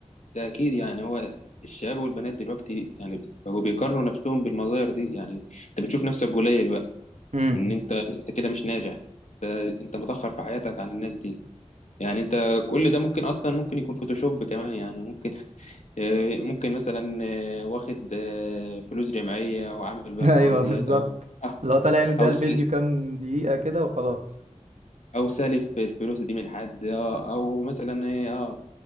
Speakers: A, on the left; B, on the right.
A: ده أكيد يعني هو الشباب والبنات دلوقتي يعني بقوا بيقارنوا نفسهم بالمظاهر دي يعني أنت بتشوف نفسك قليل بقى
B: <laughs> امم
A: إن أنت أنت كده مش ناجح أنت أنت متأخر في حياتك عن الناس دي يعني أنت كل ده ممكن أصلا ممكن يكون فوتوشوب كمان يعني ممكن آه، ممكن مثلا آه، واخد آه، فلوس جمعية وعامل بيها
B: ايوه
A: الحوار ديت
B: بالظبط
A: أو أو
B: لو طالع يعمل بيها
A: أو
B: الفيديو
A: سل-
B: كام دقيقة كده وخلاص
A: او سالف الفلوس دي من حد اه او مثلا ايه اه